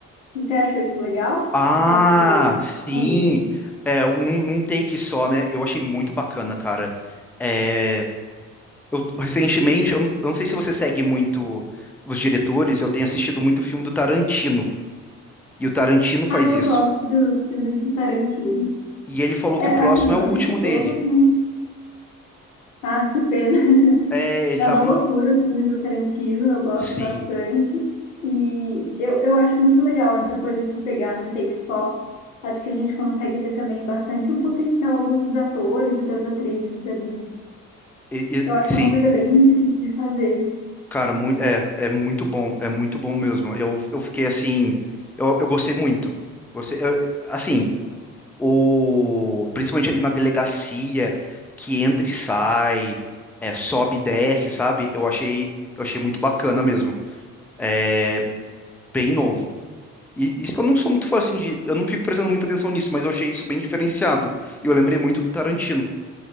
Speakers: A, on the left; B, in the centre.
A: Você achou isso legal?
B: Ah,
A: Você achou
B: sim.
A: ruim?
B: É, um- num, num take só, né? Eu achei muito bacana, cara. É, eu, recentemente, eu não, eu não sei se você segue muito os diretores, eu tenho assistido muito filme do Tarantino. E o Tarantino faz
A: Ah, eu
B: isso.
A: gosto dos filmes do Tarantino.
B: E ele falou que
A: É,
B: o próximo
A: assim, eu
B: é
A: não
B: o último
A: assisti todos,
B: dele.
A: não. Ah, que pena. <laughs>
B: É, ele
A: É
B: tava
A: uma loucura
B: no.
A: os filmes do Tarantino, eu gosto
B: Sim.
A: bastante. E eu, eu acho muito legal essa coisa de pegar num take só. Acho que a gente consegue ver também bastante o potencial dos atores e das atrizes ali.
B: E- e-
A: Eu acho que
B: sim.
A: é uma coisa bem difícil de fazer.
B: Cara, muito, é, é muito bom. É muito bom mesmo. Eu, eu fiquei assim. Eu, eu gostei muito. Você, eu- assim. ou principalmente ali na delegacia que entra e sai, é, sobe e desce, sabe? Eu achei, eu achei muito bacana mesmo. É bem novo. E isso que eu não sou muito fã assim de, eu não fico prestando muita atenção nisso, mas eu achei isso bem diferenciado. E eu lembrei muito do Tarantino,